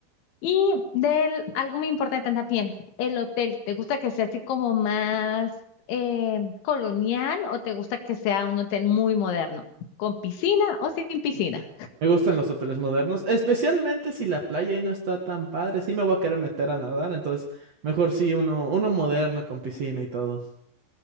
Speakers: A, on the left; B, on the right.
A: Y del, algo muy importante también, el hotel. ¿Te gusta que sea así como más eh, colonial o te gusta que sea un hotel muy moderno? ¿Con piscina o sin piscina?
B: Me gustan los hoteles modernos, especialmente si la playa ahí no está tan padre. Sí me voy a querer meter a nadar, entonces mejor sí uno, uno moderno con piscina y todo.